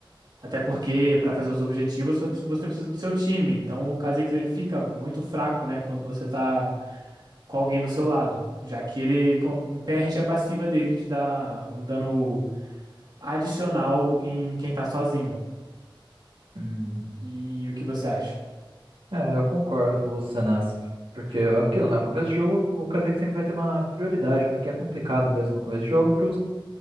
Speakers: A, on the right; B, on the right.
A: Até porque para fazer os objetivos você precisa você precisa do seu time. Então o Kha'Zix ele fica muito fraco, né, quando você tá com alguém do seu lado, já que ele co- perde a passiva dele de dar um dano adicional em quem tá sozinho.
B: Hum,
A: E o que você acha?
B: É, eu concordo com você, Nas. Porque é aquilo, né? O começo do jogo, o Kha'Zix sempre vai ter uma prioridade, porque é complicado mesmo no começo do jogo para